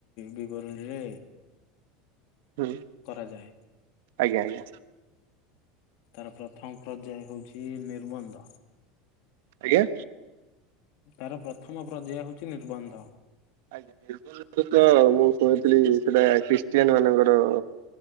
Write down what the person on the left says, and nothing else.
ବିବରଣୀରେ
କରାଯାଏ।
ତାର, ପ୍ରଥମ ପର୍ଯ୍ୟାୟ ହେଉଛି ନିର୍ମନ୍ଧ।
ତାର ପ୍ରଥମ ପର୍ଯ୍ୟାୟ ହେଉଛି ର୍ନିବଧ୍ଯ।